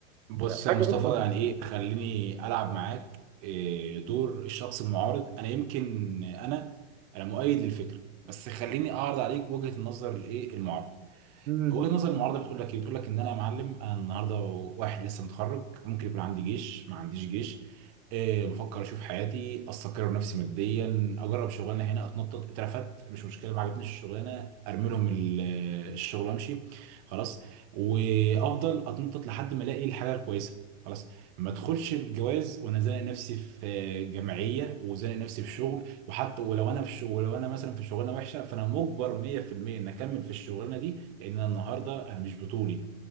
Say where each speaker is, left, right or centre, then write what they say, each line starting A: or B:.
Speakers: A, on the right; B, on the right.
A: بص يا
B: حاجة
A: مصطفى
B: بص
A: يعني ايه خليني العب معاك إيه دور الشخص المعارض انا يمكن انا انا مؤيد للفكرة بس خليني اعرض عليك وجهة النظر الايه المعارض
B: مم.
A: وجهة نظر المعارضة بتقول لك ايه بتقول لك ان انا يا معلم انا النهارده واحد لسه متخرج ممكن يكون عندي جيش ما عنديش جيش أه بفكر اشوف حياتي استقر نفسي ماديا اجرب شغلانه هنا اتنطط اترفدت مش مشكله ما عجبتنيش الشغلانه ارمي لهم ال- آه، الشغل وامشي خلاص وافضل اتنطط لحد ما الاقي الحاجه الكويسه خلاص ما ادخلش الجواز وانا زانق نفسي في جمعيه وزانق نفسي في شغل وحتى ولو انا في شغل ولو انا مثلا في شغلانه وحشه فانا مجبر 100% ان اكمل في الشغلانه دي لان انا النهارده انا مش بطولي